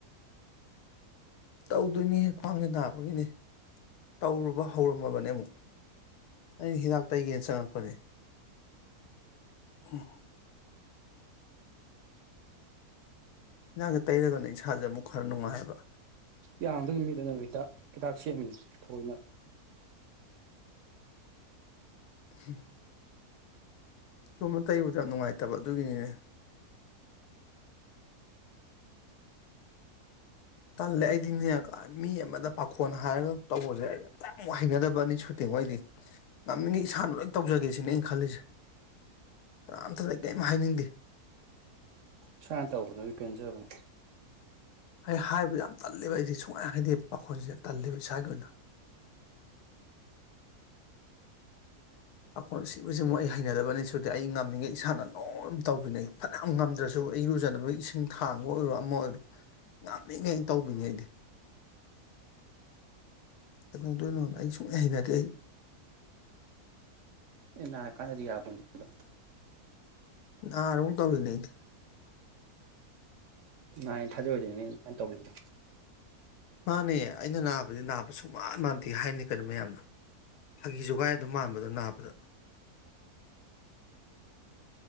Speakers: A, on the left; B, on the right.
A: ꯇꯧꯗꯣꯏꯅꯤ ꯍꯦ ꯈ꯭ꯋꯥꯡꯁꯦ ꯅꯥꯕꯒꯤꯅꯦ ꯇꯧꯔꯨꯕ ꯍꯧꯔꯝꯃꯕꯅꯦ ꯑꯃꯨꯛ ꯑꯩ ꯍꯤꯗꯥꯛ ꯇꯩꯒꯦꯅ ꯆꯪꯉꯛꯄꯅꯦ ꯎꯝ ꯍꯤꯖꯥꯡꯁꯦ ꯇꯩꯔꯒꯅ ꯏꯁꯥꯟꯖꯦ ꯑꯃꯨꯛ ꯈꯔ ꯅꯨꯡꯉꯥꯏꯌꯦꯕ
B: ꯌꯝꯗꯣꯏꯅꯤ ꯅ ꯍꯤꯗꯥꯛ ꯁꯦꯝꯃꯤꯅꯦ ꯊꯥꯑꯣꯏꯅ
A: ꯍꯨꯝ ꯑꯗꯣꯝꯕ ꯇꯩꯕꯗ ꯌꯥꯝ ꯅꯨꯡꯉꯥꯏꯇꯕ ꯑꯗꯨꯒꯤꯅꯤꯅꯦ ꯇꯜꯂꯦ ꯑꯩꯗꯤ ꯃꯤꯅꯀ ꯃꯤ ꯑꯃꯗ ꯄꯥꯈꯣꯟ ꯍꯥꯏꯔꯒ ꯇꯧꯕꯁꯦ ꯑꯩ ꯑꯁꯦꯡ ꯍꯩꯅꯗꯕ ꯑꯅꯤ ꯁꯨꯇꯤꯉꯣ ꯑꯩꯗꯤ ꯉꯝꯃꯤꯉꯩ ꯏꯁꯥꯅ ꯂꯣꯏ ꯇꯧꯖꯒꯦ ꯁꯤꯅꯦ ꯑꯩ ꯈꯜꯂꯤꯁꯦ ꯀꯅꯥꯝꯇꯗ ꯑꯩ ꯀꯦꯝ ꯍꯥꯏꯅꯤꯡꯗꯦ
B: ꯏꯁꯥꯅ ꯇꯧꯕꯅꯗꯤ ꯄꯦꯟꯖꯕꯅꯦ
A: ꯑꯩ ꯍꯥꯏꯕ ꯌꯥꯝ ꯇꯜꯂꯦꯕ ꯑꯩꯖꯦ ꯁꯨꯡꯍꯥꯏ ꯍꯥꯏꯗꯦ ꯄꯥꯈꯣꯟꯁꯦ ꯇꯜꯂꯦꯕ ꯏꯁꯥꯒꯤ ꯑꯣꯏꯅ ꯄꯈꯣꯟ ꯁꯤꯕꯁꯤꯃꯨꯛ ꯑꯩ ꯍꯩꯅꯗꯕ ꯑꯅꯤ ꯁꯨꯗꯦ ꯑꯩ ꯉꯝꯃꯤꯉꯩ ꯏꯁꯥꯅ ꯂꯣꯏ ꯇꯧꯕꯤꯅꯦ ꯐꯅꯌꯥꯝ ꯉꯝꯗ꯭ꯔꯁꯨ ꯑꯩ ꯏꯔꯨꯖꯅꯕꯒꯤ ꯏꯁꯤꯡ ꯊꯥꯡꯕ ꯑꯣꯏꯔꯣ ꯑꯃ ꯑꯣꯏꯔꯣ ꯉꯝꯃꯤꯉꯩ ꯇꯧꯕꯤꯅꯦ ꯑꯩꯗꯤ ꯀꯩꯗꯧꯗꯣꯏꯅꯣ ꯑꯩ ꯁꯨꯡꯍꯩ ꯍꯩꯅꯗꯦ ꯑꯩ
B: ꯃꯤꯠ ꯅꯔꯥ ꯀꯥꯟꯗꯗꯤ ꯌꯥꯕꯣꯇꯦꯗ
A: ꯅꯥꯔꯕꯥꯎ ꯇꯧꯔꯤꯅꯦ ꯑꯩꯗꯤ
B: ꯅꯥꯏ ꯊꯥꯖꯔꯣꯏꯗꯣꯏꯃꯤ ꯅꯪ ꯇꯧꯔꯤꯕꯗꯣ
A: ꯃꯥꯅꯦ ꯑꯩꯅ ꯅꯥꯕꯗꯤ ꯅꯥꯕ ꯁꯨꯛꯃꯥꯟ ꯃꯥꯟꯗꯦ ꯍꯥꯏꯅꯤ ꯀꯩꯅꯣ ꯃꯌꯥꯝꯅ ꯐꯥꯒꯤ ꯖꯨꯒꯥꯏ ꯑꯗꯨꯝ ꯃꯥꯟꯕꯗꯣ ꯅꯥꯕꯗ